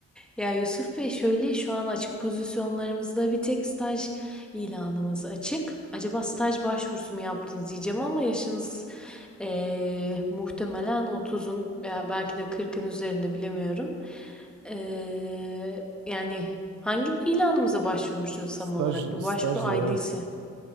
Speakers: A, in the centre; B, on the right.
A: Ya Yusuf Bey şöyle şu an açık pozisyonlarımızda bir tek staj ilanımız açık. Acaba staj başvurusu mu yaptınız diyeceğim ama yaşınız eee, muhtemelen otuzun veya belki de kırkın üzerinde bilemiyorum. Eee, yani hangi ilanımıza başvurmuştunuz
B: Staj,
A: tam olarak? Bir
B: staj
A: başvuru
B: da evet.
A: ID'si.